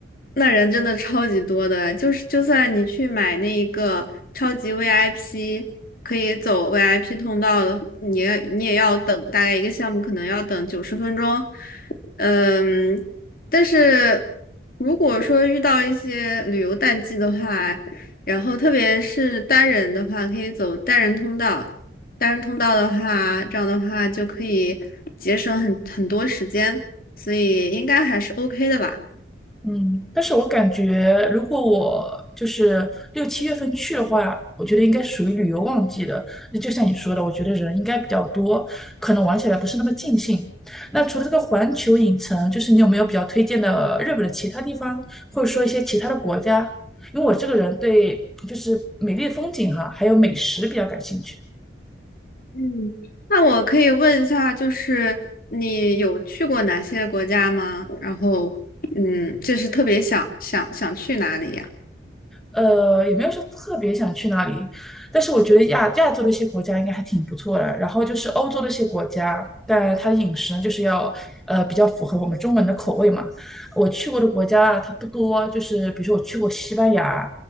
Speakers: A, on the left; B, in the centre.
A: 那人真的超级多的。就是就算你去买那一个超级 VIP，可以走 VIP 通道的，你也你也要等大概一个项目可能要等九十分钟。嗯，但是如果说遇到一些旅游淡季的话，然后特别是单人的话，可以走单人通道。单人通道的话，这样的话就可以节省很很多时间，所以应该还是 OK 的吧。
B: 嗯，但是我感觉，如果我就是六七月份去的话，我觉得应该属于旅游旺季的。那就像你说的，我觉得人应该比较多，可能玩起来不是那么尽兴。那除了这个环球影城，就是你有没有比较推荐的日本的其他地方，或者说一些其他的国家？因为我这个人对就是美丽的风景哈、还有美食比较感兴趣。
A: 嗯，那我可以问一下，就是你有去过哪些国家吗？然后，嗯，就是特别想想想去哪里呀？
B: 呃，也没有说特别想去哪里，但是我觉得亚亚洲的一些国家应该还挺不错的。然后就是欧洲的一些国家，但它的饮食呢，就是要呃比较符合我们中国人的口味嘛。我去过的国家啊它不多，就是比如说我去过西班牙，